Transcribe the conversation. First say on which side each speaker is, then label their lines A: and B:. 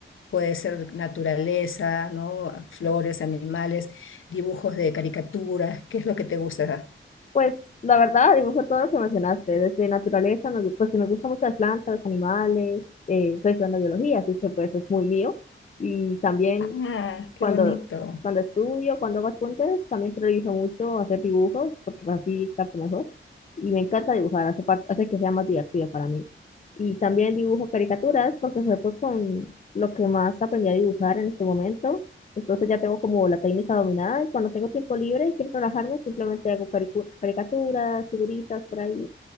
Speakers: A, on the left; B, on the left.
A: puede ser naturaleza, ¿no? Flores, animales, dibujos de caricaturas, ¿qué es lo que te gusta?
B: Pues la verdad, dibujo todo lo que mencionaste, desde naturaleza, me, gu- pues me gustan mucho las plantas, los animales, eh, estoy estudiando biología, así que pues es muy mío. Y también
A: Ah, qué
B: cuando,
A: bonito.
B: cuando estudio, cuando hago apuntes, también priorizo mucho hacer dibujos, porque pues, así capto mejor. Y me encanta dibujar, hace, par- hace que sea más divertido para mí. Y también dibujo caricaturas, porque fue pues con lo que más aprendí a dibujar en este momento. Entonces ya tengo como la técnica dominada y cuando tengo tiempo libre y quiero relajarme, simplemente hago caricu- caricaturas, figuritas por ahí.